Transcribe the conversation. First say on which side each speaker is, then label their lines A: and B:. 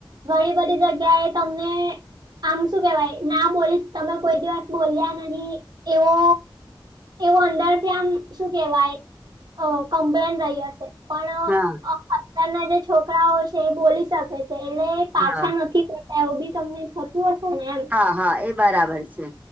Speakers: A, on the right; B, on the right.
A: ઘણી બધી જગ્યા, એ તમને આમ શું કેવાય ના બોલીશ તમે કોઈ દિવસ બોલ્યા નહી એવો એવું અંદર ત્યા આમ શું કેવાય ક કમ્પ્લેન રહી હશે પણ
B: હા
A: અત્યારના જે છોકરાઓ છે એ બોલી શકે છે એટલે પાછા
B: હા
A: નથી પડતા એવું બી તમને થતું હશે ને એમ
B: હા હા એ બરાબર છે